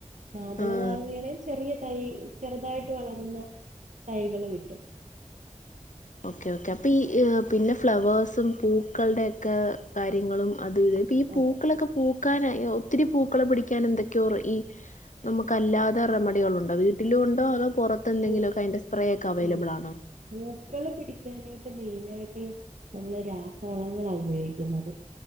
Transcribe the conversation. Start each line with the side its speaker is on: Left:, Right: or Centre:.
Right: മാതള
Left: ആഹ്
Right: നാരയുടെയും ചെറിയ തൈ ചെറുതായിട്ട് വളരുന്ന തൈകള് കിട്ടും
Left: ഓക്കേ ഓക്കേ അപ്പൊ ഈ പിന്നെ ഫ്ലവേഴ്സും പൂക്കളുടെ ഒക്കെ കാര്യങ്ങളും അത് ഇത് അപ്പൊ ഈ പൂക്കളൊക്കെ
Right: അതെ
Left: പൂക്കാൻ ഒത്തിരി പൂക്കളെ പിടിക്കാൻ എന്തൊക്കെയോറ ഈ നമുക്ക് അല്ലാതെ റെമഡികൾ ഉണ്ടോ വീട്ടിലുണ്ടോ അതോ പുറത്തെ എന്തെങ്കിലൊക്കെ
Right: പൂ
Left: അതിൻ്റെ സ്പ്രേ ഒക്കെ അവൈലബിൾ
Right: ഇല്ല
Left: ആണോ
Right: പൂക്കള് പിടിക്കാനായിട്ട് മെയിന് ആയിട്ട് നമ്മള് രാസവളങ്ങളാണ് ഉപയോഗിക്കുന്നത്